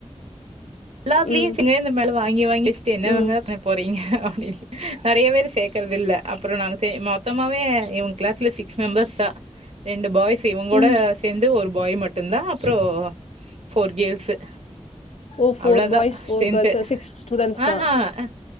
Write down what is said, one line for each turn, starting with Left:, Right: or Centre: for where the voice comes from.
Right: எல்லாத்துலியு
Left: ம்.
Right: <unintelligible> இந்த மேல வாங்கி வாங்கி வச்ட்டு என்னவங்க
Left: ம்.
Right: பண் போறீங்க அப்டி நெறைய பேரு சேக்கறது இல்ல அப்புற நாங்க சே மொத்தமாவே இவுங்க கிளாஸ்ல சிக்ஸ் ஸ் மெம்பர்ஸ் தா ரெண்டு பாய்ஸ் இவுங்கூட
Left: ம்.
Right: சேந்து ஒரு பாய் மட்டுந்தா அப்புற ஃபோர் கேர்ள்ஸு
Left: ஓ!
Right: அவ்ளோதா
Left: பாய்ஸ்,
Right: ஸ்டென்த்து
Left: கேர்ல்ஸ். ஸ்டூடண்ட்ஸ்
Right: ஆஹ
Left: தான்.